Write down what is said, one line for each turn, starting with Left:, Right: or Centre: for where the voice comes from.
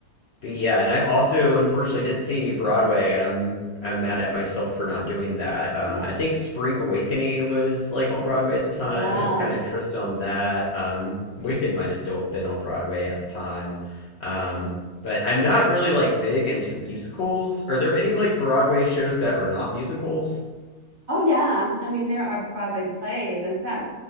Left: but yeah, and I also unfortunately didn't see any Broadway, and I'm I'm mad at myself for not doing that. Um,
Right: Yeah.
Left: I think Spring Awakening was like on Broadway at the time.
Right: Wow.
Left: I was kind of interested on that. Um, Wicked might have still been on Broadway at the time. Um, but I'm not really like big into musicals. Are there any like Broadway shows that are not musicals?
Right: Oh yeah. I mean, there are Broadway plays. In fact,